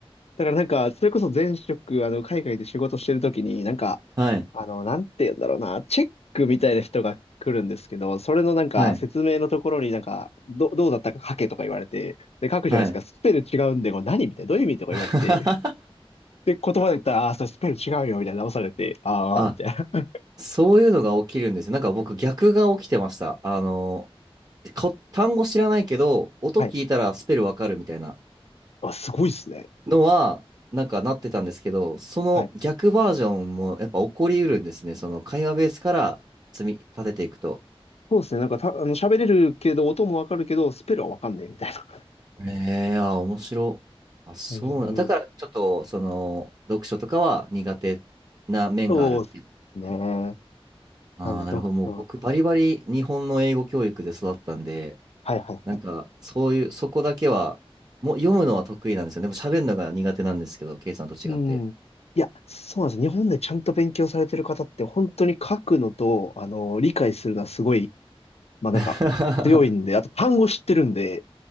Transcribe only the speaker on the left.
だからなんか、それこそ前職、あの、海外で仕事してるときに、なんか、
あの、なんて言うんだろうな、チェックみたいな人が来るんですけど、それのなんか、
説明のところになんか、ど、どうだったか書けとか言われて、で、書くじゃないですか、
スペル違うんで、これ何みたいな、どういう意味とか言われて、
で、言葉で言ったら、ああー、それスペル違うよ、みたいな直されて、ああみたいな。
<laughs>
はい。あ、すごいっすね。
はい。
そうですね。なんかた、あの、喋れるけど、音もわかるけど、スペルはわかんないみたいな
<laughs>
感じになります。
そうですね。
なんで、
読書は、
はいはいはい。
うん。いや、そうなんです。日本でちゃんと勉強されてる方って本当に書くのと、あの、理解するのはすごい、まあなんか強いんで、
あと単語知ってるんで、